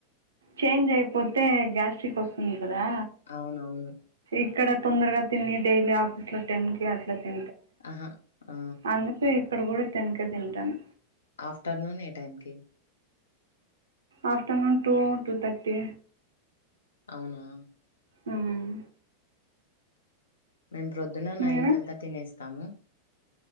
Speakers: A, on the right; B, on the left.
A: చేంజ్ అయిపో అతే గ్యాస్ట్రిక్ వస్తుంది కదా
B: అవునవును
A: ఇక్కడ తొందరగా తిని డైలీ ఆఫీస్ లో టెన్ కి అట్లా తి
B: అహా ఆ
A: అందుకే ఇక్కడ కూడా టెన్ కె తింటాను
B: ఆఫ్టర్నూన్ ఏ టైంకి
A: ఆఫ్టర్నూన్ టూ టూ థర్టీ
B: అవునా
A: ఉమ్
B: మేము ప్రొద్దున నైన్కంతా
A: మీరు
B: తినేస్తాము